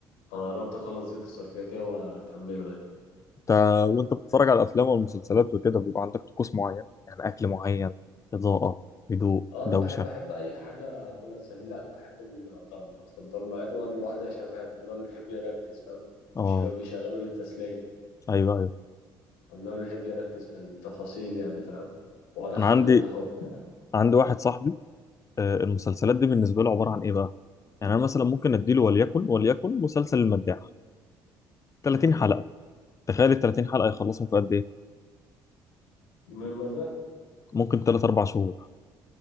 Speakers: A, on the left (about 85°); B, on the left (about 30°).
A: انا قربت اخلص ذكر الثركاكية واكمله يعني
B: انت وانت بتتفرج على الافلام والمسلسلات وكده بيبقى عندك طقوس معين يعني اكل معين اضاءه هدوء
A: اه انا
B: دوشه
A: بحب احب اي حاجه كلها تسليني لا بحب الضلمه أقعد في الضلمه عادي واقعد لوحدي عشان بحب- من النوع اللي بيحب يركز فاهم
B: اه
A: مش اللي هو بيشغله للتسليه أنا
B: ايوه ايوه
A: من النوع اللي بيحب يركز في التفاصيل يعني فاهم واقعد احلل
B: انا عندي
A: <laughs> وبتاع
B: عندي واحد صاحبي آه، المسلسلات دي بالنسبه له عباره عن ايه بقى يعني انا مثلا ممكن اديله وليكن وليكن مسلسل المداح 30
A: أمم.
B: حلقه تخيل ال 30 حلقة يخلصهم في قد إيه؟
A: يومين مثلا
B: ممكن 3 4 شهور